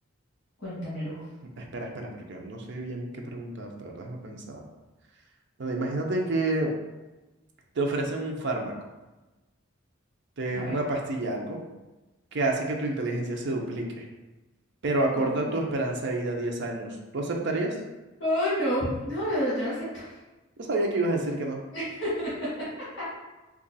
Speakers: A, on the left (about 60°); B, on the right (about 60°).
A: cuéntamelo.
B: espera, espera, porque no sé bien qué preguntarte, ¿verdad? Déjame pensar. Bueno, imagínate que te ofrecen un fármaco. de
A: A
B: una
A: ver.
B: pastilla, algo, que hace que tu inteligencia se duplique, pero acorta
A: Uh.
B: tu esperanza de vida a 10 años. ¿Tú aceptarías?
A: Ay, no. No, no, yo no acepto.
B: Yo sabía que ibas a decir que no.
A: <laughs>